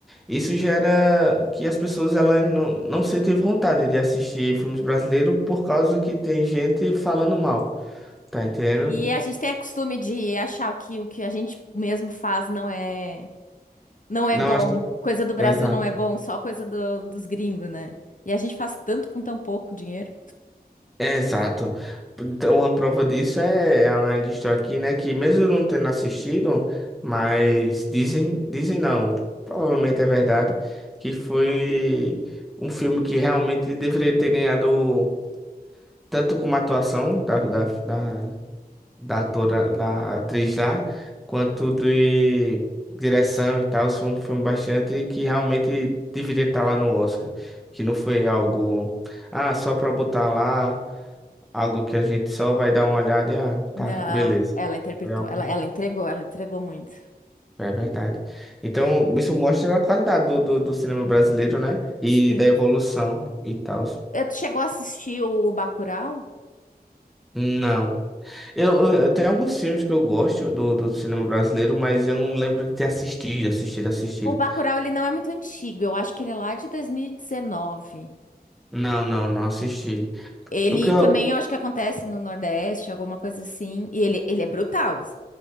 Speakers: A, in the centre; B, on the left (about 55°).
A: isso gera que as pessoas elas não, não sentem vontade de assistir filmes brasileiros por causa que tem gente falando mal, tá entendendo?
B: E a gente tem o costume de achar que o que a gente mesmo faz não é, não é
A: Não
B: bom.
A: é. su-
B: Coisa do Brasil
A: Exato.
B: não é bom, só coisa do- dos gringos, né? E a gente faz tanto com tão pouco dinheiro.
A: É, Exato. Então, uma prova disso é, a ainda estou aqui, né? Que mesmo eu não tendo assistido, mas dizem, dizem não, provavelmente é verdade, que foi um filme que realmente deveria ter ganhado tanto como a atuação da, da, da, da atora, da atriz lá, quanto de direção e tal. Foi um filme bastante que realmente deveria estar lá no Oscar, que não foi algo, ah, só para botar lá. Algo que a gente só vai dar uma olhada e, ah, tá,
B: Não,
A: beleza.
B: ela interpretou,
A: Foi algo.
B: ela, ela entregou, ela entregou muito.
A: É verdade. Então, isso mostra a qualidade do, do, do cinema brasileiro, né? E
B: Sim.
A: da evolução e tal.
B: Eh, Tu chegou a assistir o Bacurau?
A: Não. Eu, eu, eu tenho alguns filmes que eu gosto do, do cinema brasileiro, mas eu não lembro de ter assistido, assistido, assistido.
B: O Bacurau, ele não é muito antigo. Eu acho que ele é lá de 2019.
A: Não, não, não assisti.
B: Ele
A: O que eu.
B: também, eu acho que acontece no Nordeste, alguma coisa assim. E ele, ele é brutal. assim.